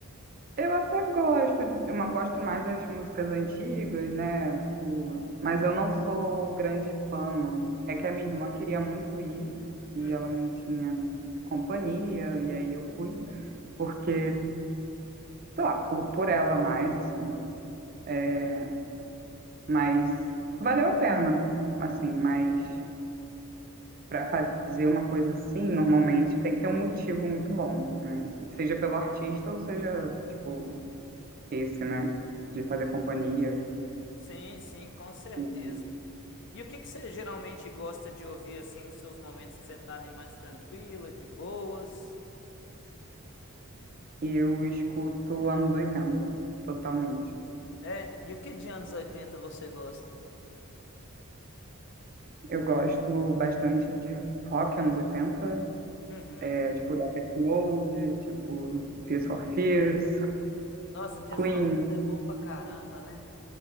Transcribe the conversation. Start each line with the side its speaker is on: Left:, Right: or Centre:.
Right: Eu até gosto, eu ma- gosto mais das músicas antigas, né? Tipo, mas eu não sou grande fã, não. É que a minha irmã queria muito ir e
Left: Uhum.
Right: ela não tinha companhia, e aí eu fui, porque, sei lá, por, por ela mais, assim. É, mas valeu a pena, assim, mas para fazer uma coisa assim, normalmente tem que ter um motivo muito bom, né? Seja pelo artista ou seja, tipo, esse, né? De fazer companhia.
Left: Sim, sim, com certeza.
Right: uhum.
Left: E o que que você geralmente gosta de ouvir assim nos seus momentos que você tá ali mais tranquila, de boas?
Right: E eu escuto anos 80, totalmente.
Left: É, e o que de anos 80 você gosta?
Right: Eu gosto bastante de rock anos 80,
Left: Uhum.
Right: é, tipo Depeche Mode, tipo Tears for Fears,
Left: Nossa, Tears
Right: Queen,
Left: for Fears é bom pra caramba, né?